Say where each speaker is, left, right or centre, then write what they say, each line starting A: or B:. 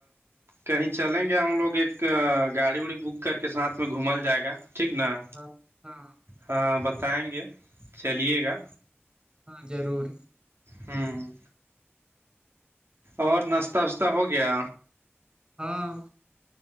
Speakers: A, on the right; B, on the right.
A: کہیں چلیں گے ہم لوگ ایک گاڑی وڑی بک کر کے ساتھ میں گھومل جائے گا ٹھیک نا
B: ہاں ہاں
A: ہاں بتائیں گے چلیے گا
B: ہاں ضرور
A: ہوں اور ناشہ واشہ ہو گیا
B: ہاں